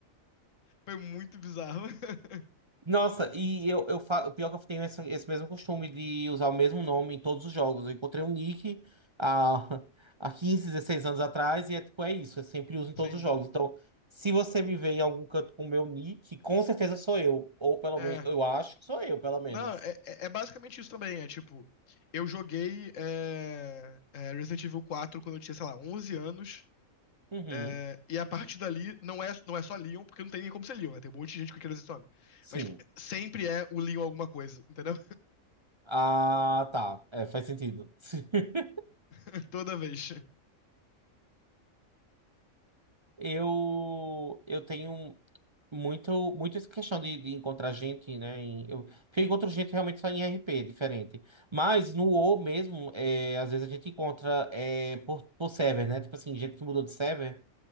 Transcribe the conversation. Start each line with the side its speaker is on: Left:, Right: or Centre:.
Left: Foi muito bizarro. <laughs>
Right: Nossa, e eu, eu fa... o pior que eu tenho essa- esse mesmo costume de usar o mesmo nome em todos os jogos. Eu encontrei um nick há, <laughs> há 15, 16 anos atrás e é tipo, é isso, eu sempre uso em todos
Left: Sim.
Right: os jogos. Então, se você me vê em algum canto com o meu nick, com certeza sou eu. Ou pelo
Left: É.
Right: menos, eu acho que sou eu, pelo menos.
Left: Não, é, é é basicamente isso também. É tipo, eu joguei é, é, Resident Evil quatro quando eu tinha, sei lá, 11 anos.
Right: Uhum,
Left: É, e a partir dali, não é, não é só Leon, porque não tem nem como ser Leon, né? Tem um monte de gente com aquele nome.
Right: sim.
Left: Mas sempre é o Leon alguma coisa, entendeu?
Right: Ah, tá. É, faz sentido. <laughs>
Left: <laughs> Toda vez.
Right: Eu, eu tenho. um, Muito, muito essa questão de, de encontrar gente, né? em- eu, porque eu encontro gente realmente só em RP, diferente. Mas no WoW mesmo, é, às vezes a gente encontra é, por, por server, né? Tipo assim, gente que mudou de server.